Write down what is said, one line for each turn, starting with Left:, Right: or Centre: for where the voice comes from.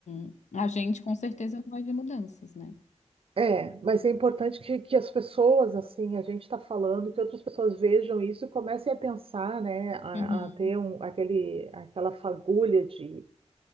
Left: uhum. A gente com certeza não vai ver mudanças, né?
Right: É, mas é importante que, que as pessoas, assim, a gente está falando, que outras pessoas vejam isso e comecem a pensar, né, a,
Left: Uhum.
Right: a ter um, aquele, aquela fagulha de.